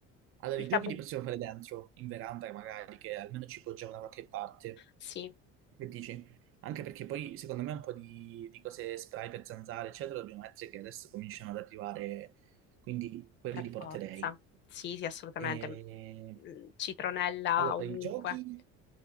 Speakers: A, on the right; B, on the left.
A: Allora,
B: il
A: i giochi
B: tabù,
A: li possiamo fare dentro, in veranda magari, che almeno ci poggiamo da qualche parte.
B: sì,
A: Che dici? Anche perché poi secondo me un po' di, di cose spray per zanzare, eccetera, dobbiamo mettere che adesso cominciano ad arrivare, quindi quelli
B: per
A: li porterei.
B: forza, sì, sì, assolutamente,
A: E...
B: Mm, mm, citronella
A: Allora,
B: ovunque.
A: i giochi,